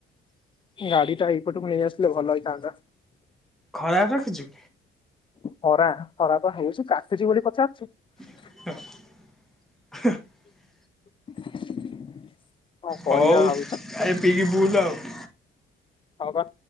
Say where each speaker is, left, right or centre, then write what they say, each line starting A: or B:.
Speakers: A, on the left (about 25°); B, in the centre.
A: ଗାଡି ଟା ଏଇପଟକୁ ନେଇ ଆସିଲେ ଭଲ ହେଇଥାନ୍ତା।
B: ଖରାପ ରଖିଛୁ?
A: ହରା ଖରାପ ତ ହେଇଛି କାଟୁଛି ବୋଲି ପଚା ଠିକ
B: <inaudible>
A: <inaudible> କରିବା
B: ହଉ
A: ଭାବୁଛି
B: ଆଇ ପିଇକି ବୁଲୁ ଆଉ। <inaudible>
A: ହଉ ବା।